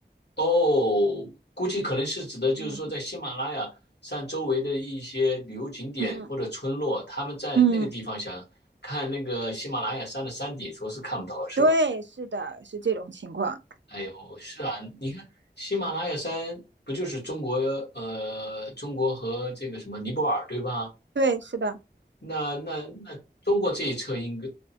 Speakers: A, on the left; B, on the right.
A: 哦，估计可能是指的就是说，
B: 嗯
A: 在喜马拉雅山周围的一些旅游景点或者村落，
B: 嗯
A: 他们在那个地方想看那个喜马拉雅山的山顶，
B: 嗯，
A: 说是看不到了，是吧？
B: 对，是的，是这种情况。
A: 哎呦，是啊，你看喜马拉雅山不就是中国呃中国和这个什么尼泊尔对吧？
B: 对，是的，
A: 那那那中国这一侧应该